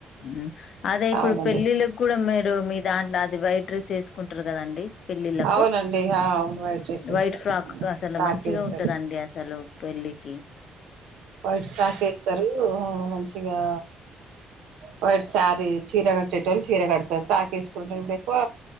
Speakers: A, on the left; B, on the right.
A: మ్ అదే ఇప్పుడు
B: అవునండి
A: పెళ్ళిళ్ళకి కూడా మీరు మీ దాంట్లో అది వైట్ డ్రెస్ వేసుకుంటారు కదండి పెళ్లిళ్లకు
B: అవునండి ఆ! అవును వైట్ రైస్ వేస్తారు
A: వైట్ ఫ్రాక్ అసలు
B: ఫ్రాక్
A: మంచిగా
B: వేస్తారు
A: ఉంటదండి అసలు పెళ్లికి
B: వైట్ పకస్తారు మంచిగా వైట్ శారీ చీర కట్టేటెళ్ళు చీర కడతారు, ఫ్రాక్ వేసుకుంటారు ఇప్పుడు ఎక్కువ